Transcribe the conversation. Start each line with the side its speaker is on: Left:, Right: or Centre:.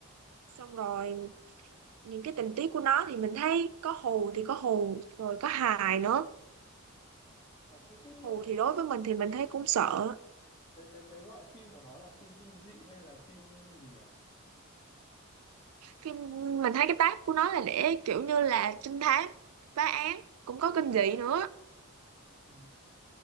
Right: xong rồi những cái tình tiết của nó thì mình thấy có hù thì có hù rồi có hài nữa
Left: à, thế cái
Right: hù thì đối với mình thì mình thấy cũng sợ
Left: cái cái cái loại phim của nó là phim kinh dị hay là phim gì nhở
Right: phim mình thấy cái tác của nó là để kiểu như là trinh thám phá án cũng có kinh dị nữa
Left: Ờ,